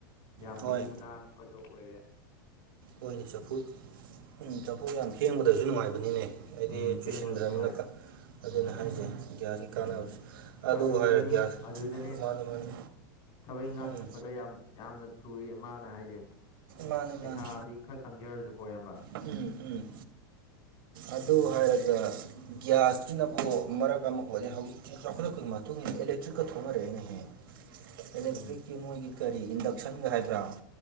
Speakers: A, on the left; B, on the right.
A: ꯌꯥꯝ
B: ꯍꯣꯏ
A: ꯂꯨ ꯅꯥꯟꯕꯗꯣ ꯑꯣꯏꯔꯦ
B: ꯑꯣꯏꯅ ꯆꯐꯨ ꯎꯝ ꯆꯐꯨ ꯌꯥꯝ ꯊꯦꯡꯕꯗꯁꯨ ꯅꯨꯡꯉꯥꯏꯕꯅꯤꯅꯦ ꯑꯩꯗꯤ
A: ꯎꯝ ꯐꯦꯡꯕꯁꯨ
B: ꯆꯨꯁꯤꯟꯗ꯭ꯔꯅꯤꯅ
A: ꯅꯨꯡꯉꯥꯏ ꯎꯝ
B: ꯑꯗꯨꯅ ꯍꯥꯏꯁꯦ ꯌꯥꯔꯤ
A: ꯎꯝ
B: ꯀꯥꯟꯅꯕꯁꯤ ꯑꯗꯨ
A: ꯑꯗꯨꯗꯅꯤ
B: ꯍꯥꯏꯔꯛꯀꯦ
A: ꯑꯗꯨꯗꯅꯦ
B: ꯃꯥꯅꯤ ꯃꯥꯅꯤ
A: ꯊꯕꯛ ꯏꯟꯈꯥꯡ
B: ꯎꯝ
A: ꯆꯠꯄꯗ ꯌꯥꯝ ꯌꯥꯝꯅ ꯊꯨꯏ ꯃꯥꯅ ꯍꯥꯏꯁꯦ
B: ꯃꯥꯅꯦ
A: ꯄꯩꯁꯥꯗꯤ
B: ꯃꯥꯅꯦ
A: ꯈꯔ ꯆꯪꯖꯔꯁꯨ ꯀꯣ ꯏꯌꯥꯝꯕ
B: ꯎꯝ ꯎꯝ ꯑꯗꯨ ꯍꯥꯏꯔꯒ ꯒ꯭ꯌꯥꯁꯀꯤꯅꯐ ꯃꯔꯛ ꯑꯃ ꯑꯣꯏꯂꯦ ꯍꯧꯖꯤꯛꯇꯤ ꯆꯥꯎꯈꯠꯂꯛꯄꯒꯤ ꯃꯇꯨꯡ ꯏ ꯑꯦꯂꯦꯛꯇ꯭ꯔꯤꯛꯀ ꯊꯣꯛꯣꯡꯅꯔꯦ ꯑꯩꯅ ꯍꯦꯛ ꯑꯦꯂꯦꯛꯇ꯭ꯔꯤꯛꯀꯤ
A: ꯎꯝ
B: ꯃꯣꯏꯒꯤ ꯀꯔꯤ ꯏꯟꯗꯛꯁꯟꯒ ꯍꯥꯏꯕ꯭ꯔꯥ